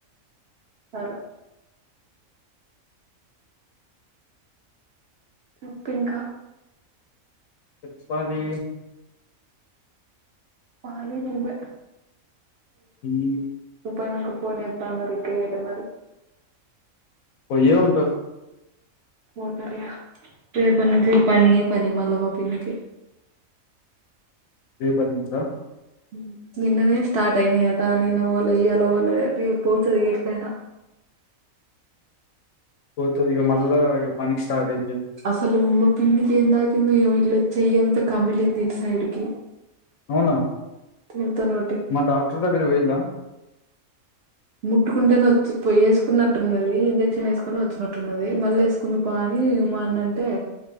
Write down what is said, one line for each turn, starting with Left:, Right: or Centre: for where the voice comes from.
Right: సరే చొప్పు ఇంక
Left: చెప్పాలీ
Right: <unintelligible> నువ్
Left: ఉమ్,
Right: పోయినంక ఫోన్ ఏస్త అన్నరు ఇంక ఎయ్యలే మరి
Left: పొయ్యే ఉంటరు
Right: పోతరు ఇగ రేపటి నుంచి ఇగ పనే పని మళ్ళ మా పిన్నికి
Left: రేపటి నుంచ
Right: ఉ నిన్ననే స్టార్ట్ అయినయట నిన్న బోలె ఇయ్యాల బోలే రేప్ పోతది ఇగ ఎట్లయిన
Left: పోతది ఇగ మళ్ళా ఇగ పనికి స్టాట్ అయితది
Right: అసలూ మా పిన్నికి ఏం తాకిందో ఏమో ఇట్ల చెయ్యంత కమిలింది ఇటు సైడు కి
Left: అవునా
Right: ఇంత నో
Left: మా డాక్టర్ దగ్గరికి పొయ్యిల
Right: ముట్టుకుంటే నొచ్ చు ఏసుకున్నట్టున్నదీ ఇంజెక్షన్ ఏసుకొని ఒచ్చినట్టున్నది మళ్ళ ఏస్ <unintelligible> అనీ మా అన్నంటే